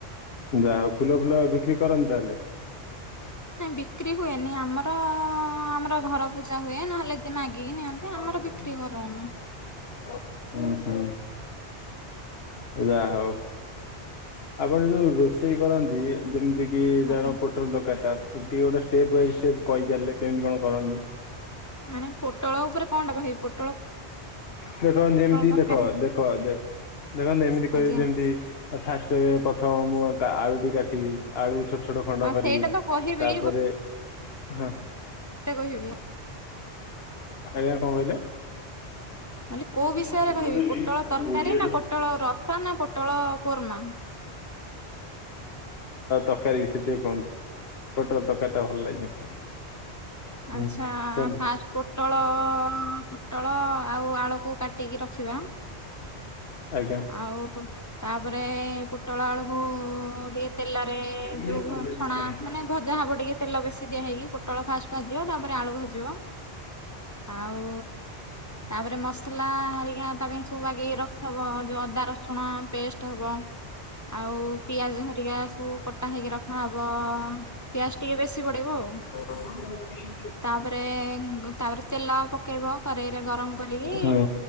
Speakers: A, on the left; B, on the left.
A: ଯାହା ହଉ ଫୁଲ ଫୁଲ ବିକ୍ରି କରନ୍ତି ତାହେଲେ?
B: ନାଇଁ ବିକ୍ରି ହୁଏନି ଆମର ଆମର ଘର ପୂଜା ହୁଏ ନହେଲେ କିଏ ମାଗିକି ନିଅନ୍ତି।
A: ଉ
B: ଆମର ବିକ୍ରି କରଉନୁ
A: ହୁଁ। ଯା ହଉ ଆପଣ ଯୋଉ ରୋଷେଇ କରନ୍ତି ଯେମିତି କିି
B: ଆଜ୍ଞା।
A: ଯାଉ ପୋ ଟଳ ତରକାରୀ ଟା ଟିକେ ଗୋଟେ ଷ୍ଟେପ୍ ବାଇ ଷ୍ଟେପ୍ କହିଚାରିଲେ କେମିତି କଣ କରନ୍ତି?
B: ମାନେ ପୋଟଳ ଉପରେ କଣ ଟା କହିବି ପୋଟ
A: ଦେଖ ଯେମିତି
B: ତରକାରୀ?
A: ଦେଖ ଦେଖ ଦେଖ ଦେଖନ୍ତୁ ଏମିତି କହିବେ
B: ଆଜ୍ଞା
A: ଯେମିତି ଫାଷ୍ଟ କହିବେ ପ୍ରଥମ ମୁଁ ଆଳୁଟି କାଟିବି। ଆଳୁ ଛୋଟ ଛୋଟ ଖଣ୍ଡ
B: ହଁ
A: କରିବି
B: ସେଇଟା ତ କହିବି
A: ତାପରେ ହ
B: ଟା କହିବି?
A: ଆଜ୍ଞା କଣ କହିଲେ?
B: କହିଲି କୋଉ
A: <inaudible>
B: ବିଷୟରେ କହିବି
A: ନାଇଁ ନାଇଁ
B: ପୋଟଳ
A: ପୋଟଳ
B: ତରକାରୀ ନା ପୋଟଳ ରସା ନା ପୋଟଳ କୋରମା?
A: ତରକାରୀ ବିଷୟରେ ଟିକେ କୁହନ୍ତୁ? ପୋଟଳ ତରକାରୀ ଟା ଭଲ ଲାଗେ। ହୁଁ
B: ଆଚ୍ଛା
A: କୁହନ୍ତୁ
B: ଫାଷ୍ଟ। ପୋଟଳ ପୋଟଳ ଆଉ ଆଳୁକୁ କାଟିକି ରଖିବା।
A: ଆଜ୍ଞା। ହୁଁ
B: ଆଉ ତାପରେ ପୋଟଳ ଆଳୁକୁ ଟିକେ ତେଲରେ
A: ହୁଁ
B: ଯୋଉ ଛଣା ମାନେ ଭଜା ହବ ଟିକେ ତେଲ ବେଶୀ ଦିଆହଇକି ପୋଟଳ ଫାଷ୍ଟ ଭାଜିବ ତାପରେ ଆଳୁ ଭାଜିବ। ଆଉ ତାପରେ ମସଲା ହରିକା ତା ପାଇଁ ସବୁ ବାଗେଇ କି ରଖିଥବ ଯୋଉ ଅଦା ରସଣ ପେଷ୍ଟ ହବ ଆଉ ପିଆଜ ହରିକା ସବୁ କଟା ହେଇକି ରଖାହବ ପିଆଜ ଟିକେ ବେଶୀ ପଡିବ ଆଉ।
A: ହ ହ <inaudible>
B: ତାପରେ ତାପରେ ତେଲ ପକେଇବ କରେଇରେ ଗରମ କରିକି
A: ହୁଁ